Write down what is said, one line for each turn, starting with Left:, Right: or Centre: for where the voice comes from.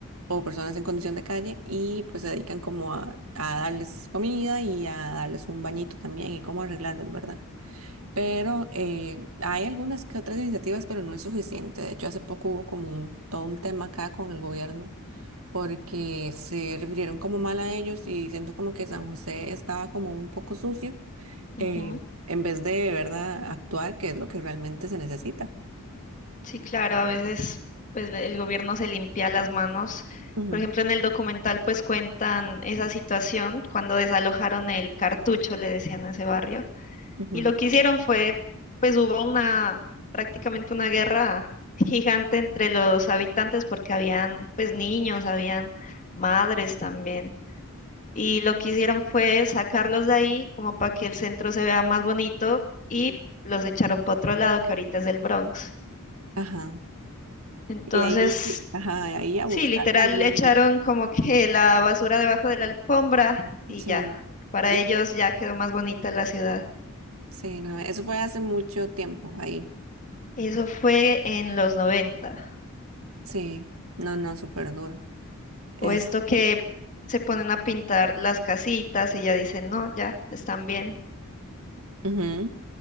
Right: o personas en condición de calle y pues se dedican como a, a darles comida y a darles un bañito también y cómo arreglarlos, ¿verdad? Pero eh, hay algunas que otras iniciativas, pero no es suficiente. De hecho, hace poco hubo como un, todo un tema acá con el gobierno porque se refirieron como mal a ellos y siento como que San José estaba como un poco sucio
Left: ujú.
Right: eh, en vez de, ¿verdad?, actuar, que es lo que realmente se necesita.
Left: Sí, claro, a veces pues le- el gobierno se limpia las manos.
Right: Ujú,
Left: Por ejemplo, en el documental pues cuentan esa situación cuando desalojaron el Cartucho, le decían a ese barrio,
Right: ujú.
Left: y lo que hicieron fue pues hubo una prácticamente una guerra gigante entre los habitantes porque habían pues niños, habían madres también. Y lo que hicieron fue sacarlos de ahí como para que el centro se vea más bonito y los echaron para otro lado que ahorita es el Bronx.
Right: Ajá.
Left: Entonces,
Right: Y ahí, ajá, ahí a
Left: Sí,
Right: buscar
Left: literal
Right: también.
Left: le echaron como que la basura debajo de la alfombra y
Right: Sí.
Left: ya, para
Right: Y,
Left: ellos ya quedó más bonita la ciudad.
Right: sí, no, eso fue hace mucho tiempo ahí.
Left: Eso fue en los 90.
Right: Sí, no, no, súper duro. Es,
Left: o esto que se ponen a pintar las casitas y ya dicen, no, ya, están bien,
Right: ujú,